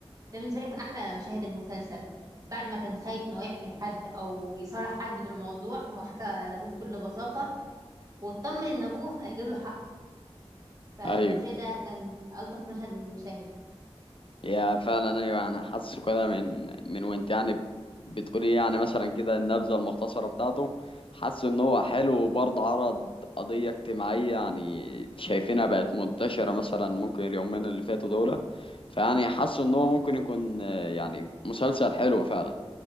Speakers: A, on the right; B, on the left.
A: ده بالنسبه لي كان احلى مشاهد المسلسل بعد ما كان خايف انه يحكي لحد او يصارح حد بالموضوع هو حكى لابوه بكل بساطه واطمن ان ابوه هيجيب له حق فبالنسبه
B: أيوه
A: لي ده كان الطف مشهد من المشاهد
B: يا فعلا ايوه انا حاسه كده من من وانت يعني بتقولي يعني مثلا كده النبذه المختصره بتاعته حاسه ان هو حلو وبرضه عرض قضيه اجتماعيه يعني شايفينها بقت منتشره مثلا ممكن اليومين اللي فاتوا دول فيعني حاسه ان هو ممكن يكون آه، يعني مسلسل حلو فعلا